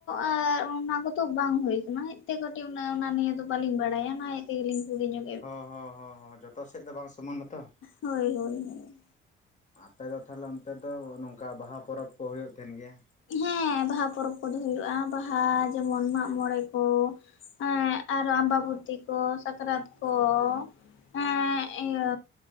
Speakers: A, on the left (about 80°); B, on the left (about 40°).
A: ᱟᱨ ᱚᱱᱟ ᱠᱚᱫᱚ ᱵᱟᱝ ᱦᱩᱭ ᱠᱟᱱᱟᱛᱮ ᱠᱟᱹᱴᱤᱡ ᱩᱜ ᱚᱱᱟ ᱱᱤᱭᱟᱹᱮ ᱫᱚ ᱵᱟᱹᱞᱤᱧ ᱵᱟᱲᱟᱭᱟ, ᱚᱱᱟ ᱛᱜᱞᱤᱧ ᱠᱩᱞᱤᱧᱟ
B: ᱦᱚᱸ ᱦᱚᱸ ᱦᱚᱸ ᱡᱚᱛᱚ ᱥᱮᱫ ᱫᱚ ᱵᱟᱝ ᱥᱚᱢᱟᱱᱟ ᱛᱚ
A: ᱦᱳᱭ ᱦᱳᱭ ᱦᱳᱭ,
B: ᱟᱯᱮᱚ ᱛᱟᱦᱚᱞᱮ ᱚᱱᱛᱮ ᱫᱚ ᱱᱚᱝᱠᱟ ᱵᱟᱦᱟ ᱯᱚᱨᱚᱵᱽ ᱠᱚ ᱦᱩᱭᱩᱜ ᱛᱟᱦᱮᱱ ᱜᱮᱭᱟ?
A: ᱦᱮᱸ ᱵᱟᱦᱟ ᱯᱚᱨᱚᱵᱽ ᱠᱚᱫᱚ ᱦᱩᱭᱩᱜᱼᱟ, ᱵᱟᱦᱟ ᱡᱮᱢᱚᱱ ᱢᱟᱜ ᱢᱚᱬᱮ ᱠᱚ ᱦᱮᱸ ᱟᱨᱚ ᱟᱢᱵᱟᱵᱩᱨᱛᱤ ᱠᱚ ᱥᱟᱠᱨᱟᱛ ᱠᱚ, ᱦᱮᱸ ᱤᱭᱟᱹ